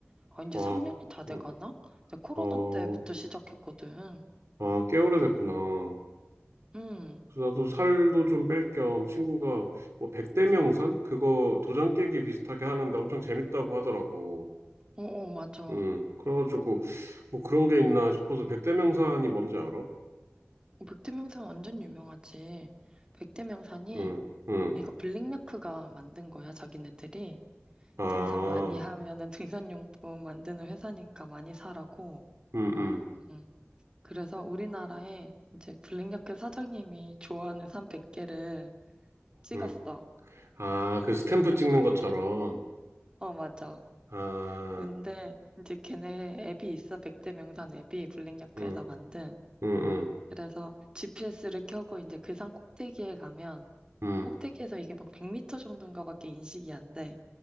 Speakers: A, on the right; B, on the right.
A: 아, 이제
B: 와,
A: 3년이 다 돼가나?
B: 응,
A: 내가 코로나
B: 어,
A: 때부터
B: 어,
A: 시작했거든.
B: 아, 꽤 오래됐구나.
A: 응
B: 그래서 나도 살도 좀 뺄 겸 친구가 뭐 백대명산? 그거 도장 깨기 비슷하게 하는데 엄청 재밌다고 하더라고.
A: 어, 어, 맞아.
B: 음. 그래가지고 뭐 그런 게 있나 싶어서 백대명산이 뭔지 알아?
A: 백두명산 완전 유명하지. 백두명산이
B: 응, 응.
A: 이거 블링마크가 만든 거야, 자기네들이.
B: 아,
A: 등산 많이 하면은 등산용품 만드는 회사니까 많이 사라고.
B: 응, 응,
A: 음, 그래서 우리나라에 이제 블링야크 사장님이 좋아하는 산 100개를 찍었어.
B: 응. 아, 그 스탬프 찍는 것처럼.
A: 어, 맞아.
B: 아,
A: 근데 이제 걔네 앱이 있어. 백대 명산 앱이 블랙야크에서
B: 응,
A: 만든.
B: 응, 응,
A: 그래서 GPS를 켜고 이제 그 산 꼭대기에 가면
B: 응,
A: 꼭대기에서 이게 막 100m 정도인가 밖에 인식이 안 돼.